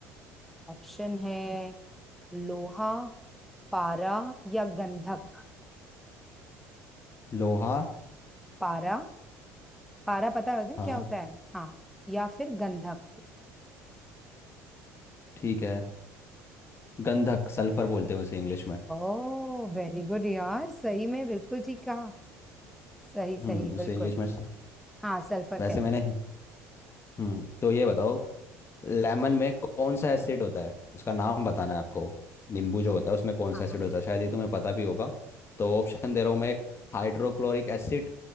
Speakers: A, in the centre; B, on the left (about 35°).
A: ऑप्शन है लोहा पारा या गंधक
B: लोहा
A: पारा पारा पता है होता है
B: हाँ
A: क्या होता है हाँ या फिर गंधक
B: ठीक है गंधक सल्फर बोलते हैं उसे इंग्लिश में
A: ओ वेरी गुड यार सही में बिल्कुल ठीक कहा सही सही
B: हम्म उसे
A: बिल्कुल
B: इंग्लिश में स-
A: हाँ सल्फर
B: वैसे
A: कहते
B: मैंने
A: हैं
B: हम्म तो ये बताओ लेमन में कौन सा एसिड होता है उसका नाम बताना है आपको नींबू जो होता है उसमें कौन
A: हाँ
B: सा एसिड होता है शायद ये तुम्हें पता भी होगा तो ऑप्शन दे रहा हूँ मैं एक Hydrochloric acid